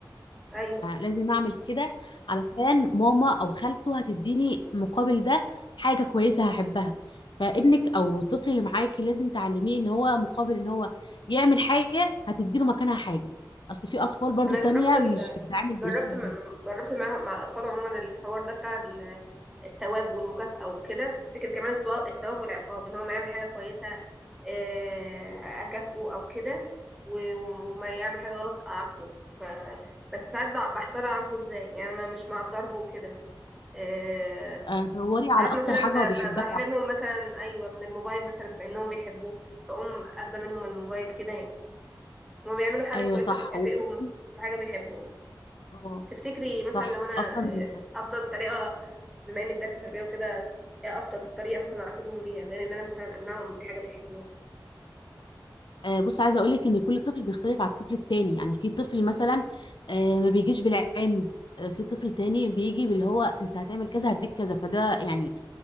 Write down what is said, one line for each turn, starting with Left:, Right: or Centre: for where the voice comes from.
Centre: ايوه
Left: لازم اعمل كده علشان ماما او خالته هتديني مقابل ده حاجة كويسة هحبها فابنك او الطفل اللي معاكي لازم تعلميه ان هو مقابل ان هو يعمل حاجة هتديله مكانها حاجة اصل في اطفال برضو
Centre: انا
Left: تانية
Centre: جربت
Left: مش بتتعامل بالاسلوب
Centre: جربت م-
Left: ده
Centre: جربت مع مع الأطفال عموما الحوار ده بتاع ال- الثواب والمكافأة وكده فكرة كمان الثواب الثواب والعقاب إن هو ما يعمل حاجة كويسة آه، أكافئه أو كده و- وما يعمل حاجة غلط أعاقبه ف... بس ساعات بع- بحتار أعاقبه إزاي يعني أنا مش مع الضرب وكده آه،
Left: آه، دوري على
Centre: ساعات
Left: اكتر
Centre: مثلا
Left: حاجة
Centre: ب-
Left: هو بيحبها
Centre: ب- بحرمهم
Left: وع-
Centre: مثلا أيوة من الموبايل مثلا بأنهم بيحبوه فأقوم أخده منهم الموبايل كده يعني هما بيعملوا حاجة
Left: ايوه
Centre: كويسة
Left: صح
Centre: بكافئهم
Left: واصلا
Centre: بحاجة بيحبوها
Left: اه
Centre: تفتكري مثلا
Left: صح
Centre: لو انا
Left: اصلا
Centre: افضل طريقه بما انك دارسه تربيه وكده ايه افضل طريقه مثلا اعاقبهم بيها غير ان انا مثلا امنعهم من حاجه بيحبوها
Left: آه، بص عايزه اقول لك ان كل طفل بيختلف على الطفل التاني يعني في طفل مثلا آه، ما بيجيش بالعند آه، في طفل تاني بيجي باللي هو انت هتعمل كذا هديك كذا فده يعني